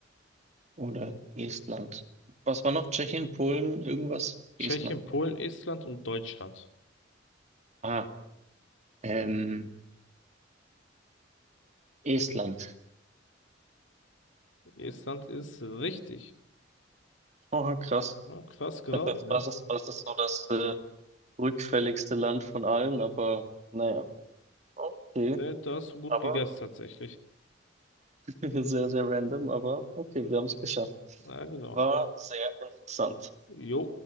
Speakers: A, on the right (about 40°); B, on the left (about 85°).
A: Oder Estland. Was war noch? Tschechien, Polen, irgendwas?
B: Tschechien,
A: Estland.
B: Polen, Estland und Deutschland.
A: Ah, ähm, Estland.
B: Estland ist richtig.
A: Oh, krass.
B: Na, krass geraten,
A: Das ist, was
B: ja.
A: ist, was ist so das äh, rückfälligste Land von allen? Aber naja, okay.
B: Ne, da hast du gut
A: Aber
B: gegessen tatsächlich.
A: <laughs> sehr, sehr random, aber okay, wir haben es geschafft.
B: Ja, genau.
A: War sehr interessant.
B: Jo.